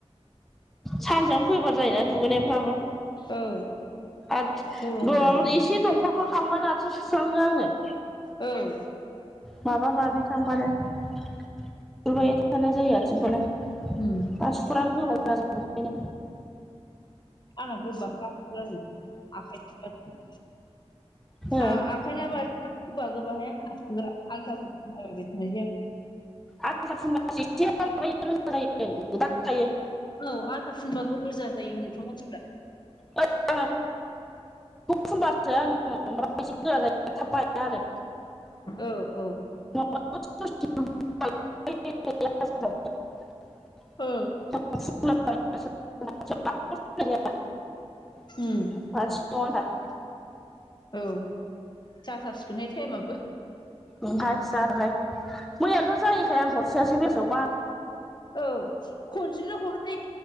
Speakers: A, in the centre; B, on the left (about 40°).
A: सानसेयावनो फैबा जायोना दुगैनायफ्राबो
B: औ।
A: आरो
B: गरमनो
A: एसे दंखलखौ फांबोनानैसो सुस्लाङो आङो।
B: औ
A: माबा माबि थांबानोाय थानाय जायो आथिंखौनो।
B: उम
A: मास फुरानो होबा जाजोबखनो।
B: आंना गोबाखा आरो आखाइ <unintelligible>
A: हो
B: आं आखायना आसि गोबा गोबाहाय आंना आ आलदाफोरायदि।
A: आ फुंबास एसे मायो रोज जद थायो।
B: औ आदा फुनबाबो रोजा जायो होनथ' मानसिफ्रा।
A: आं फबारसो आं मोन एसे गोरा जायो थाब बाया आरो।
B: औ औ।
A: <unintelligible>
B: ओ
A: <unintelligible> <unintelligible>
B: उम औ जाथारसिगोनहाय टाइमाबबो।
A: ओमाय जाबाय मैयानोथ' जायोैखाय आं हरसेआ जे बेसेबबा।
B: औ खनसेल' हरनो जायो।